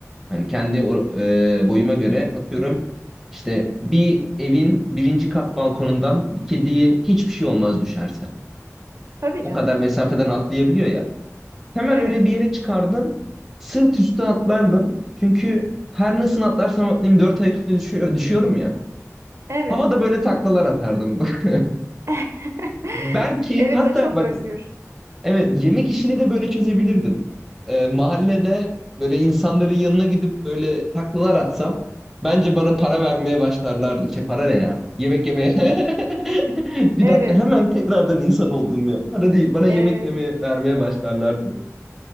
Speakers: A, in the centre; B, on the right.
A: Hani kendi o- e, boyuma göre atıyorum İşte bir evin birinci kat balkonundan bir kediye hiçbir şey olmaz düşerse.
B: Tabii
A: O
B: canım.
A: kadar mesafeden atlayabiliyor ya. Hemen
B: Evet,
A: öyle bir yere çıkardım. Sırt üstü atlardım. Çünkü her nasıl atlarsam atlayayım dört ayak üstüne düşüyor, düşüyorum ya.
B: evet.
A: Havada böyle taklalar atardım. <laughs>
B: <laughs>
A: Belki
B: Evet
A: hatta
B: o çok
A: bak
B: özgür.
A: evet yemek işini de böyle çözebilirdim. Ee, mahallede böyle insanların yanına gidip böyle taklalar atsam bence bana para vermeye başlarlardı. Şey para ne ya? Yemek yemeye. <laughs> Bir
B: Evet,
A: dakika hemen tekrardan insan oldum ya. Para değil bana yemek
B: evet.
A: yemeye vermeye başlarlardı.